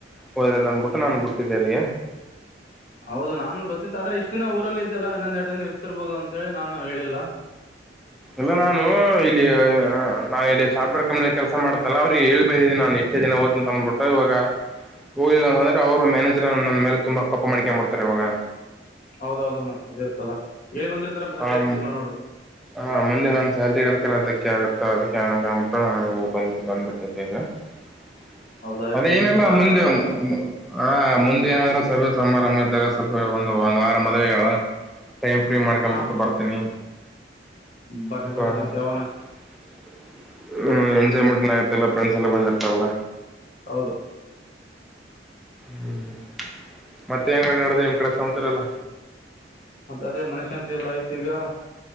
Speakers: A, in the centre; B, on the left.
A: ಹೋದ್ರೆ ಅತ್ ಅಂದ್ಬಿಟ್ಟು ನಾನು ಬಿಟ್ಟಿದ್ದೆ ಅಲ್ಲಿ
B: ಹೌದು ನಾನು ಗೊತ್ತಿತ್ತು ಆದ್ರೆ ಇಷ್ಟ್ ದಿನ ಊರಲ್ಲಿ ಇದ್ದಲ್ಲ ಇನ್ನೊಂದ್ ಎರಡು ದಿನ ಇರ್ತಿರ್ಬೋದು ಅಂತೇಳಿ ನಾನು ಹೇಳ್ಲಿಲ್ಲ
A: ಇಲ್ಲ ನಾನು ಇಲ್ಲಿ ನಾನ್ ಇಲ್ಲಿ ಸಾರ್ಟ್ವೇರ್ ಕಂಪ್ನಿಯಲ್ಲಿ ಕೆಲಸ ಮಾಡ್ತನಲ್ಲ ಅವ್ರಿಗೆ ಹೇಳಿ ಬಂದಿದ್ದೀನಿ ನಾನು ಎಷ್ಟ ದಿನ ಹೋಗತೀನಿ ಅಂದ್ಬಿಟಟ್ಟ ಇವಾಗ ಹೋಗಿಲ್ಲ ಅಂದ್ರೆ ಅವ್ರರು ಮ್ಯಾನೇಜರ್ ನನ್ನ ಮೇಲೆ ತುಂಬಾ ಕೋಪ ಮಾಡಿಕೊಂಡ್ ಬಿಡ್ತಾರೆ ಇವಾಗ
B: ಹೌದೌದು ಮತ್ತ ಇರ್ತಲ್ಲ ಹೇಳಿ ಬಂದಿರ್ತಾರ್ ಮತ್ತೆ
A: ಹಾಂ
B: ಡೇಟ್ ಇದ್ಮಾಡ್ಬಾರ್ದು
A: ಹಾಂ ಮುಂದೆ ನನ್ ಸಲ್ತಿ ಅದಕ್ಕೆಲ್ಲ ಅದಕ್ಕೆ ಆಗುತ್ತ ಅದಕ್ಕೆ ಕ್ಬಿಟ್ಟ ನ ಬಂದ ಬಂದ್ಬಿಟ್ಟೈತೆ ಈಗ <unintelligible>
B: ಹೌದಾ ಇರ್ಲಿ
A: ಅದೇನೆಲ್ಲ
B: ಇರ್ಲಿ ಎಲ್ಲ ಆರಾಮಿದಾರಲ್ಲ
A: ಮುಂದೆ ಮು
B: ಹಂಗಿದ್ರ ಬ
A: ಮು ಹ ಮುಂದೆ ಏನಾದ್ರೂ ಸ ಸೋಮಾರ ತ ಸ್ವೆ <unintelligible> ಒಂದು ಒಂದು್ ವಾರ ಮೊದಲ ಹೇಳಳ ಟೈಮ್ ಫ್ರೀ ಮಾಡ್ಕೊಂಡ್
B: ಹಾ
A: ಬಿಟ್ಟು ಬರ್ತೀನಿ
B: ಬರ್ರಿ
A: ಅಪ
B: ಬರ್ರಿ
A: <unintelligible>
B: ಮತ್ತೆ ಯಾವನ
A: ಮ <unintelligible> ಆಗತ್ತೆಲ್ಲ ಫ್ರೆಂಡ್ಸ್ ಎಲ್ಲ ಬಂದ್ರ್ತಲ್ಲ
B: ಹೌದು
A: ಹ್ಮ್ ಮತ್ತೇನ್ ನಡೆದ ನಿಮ್ ಕಡೆ ಸಮಾಚಾರ ಎಲ್ಲ
B: ಮತ್ತ ಅದೇ ಮನಶಾಂತಿ ಎಲ್ಲ ಆಯ್ತು ಈಗ